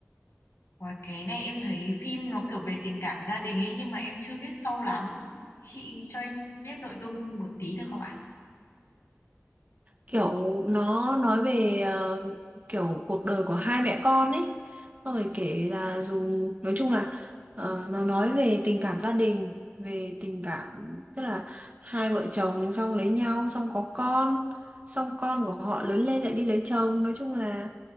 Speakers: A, on the left (about 70°); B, on the right (about 35°).
A: và cái này em thấy phim nó kiểu về tình cảm gia đình ấy nhưng mà em chưa biết sâu lắm. Chị cho em biết nội dung một tí được không ạ?
B: kiểu nó nói về ờ, kiểu cuộc đời của hai mẹ con ấy Xong rồi kể là dù nói chung là ờ, nó nói về tình cảm gia đình về tình cảm tức là hai vợ chồng xong lấy nhau xong có con xong con của họ lớn lên lại đi lấy chồng nói chung là